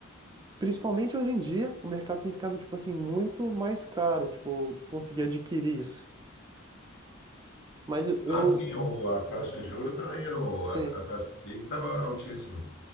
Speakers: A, on the right; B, on the left.
A: Principalmente hoje em dia, o mercado tem ficado, tipo assim, muito mais caro, tipo, conseguir adquirir isso. Mas eu, eu-
B: Ah, sim, o- as taxas de juros estão indo,
A: sim.
B: a, a taxa de PIB está altíssima.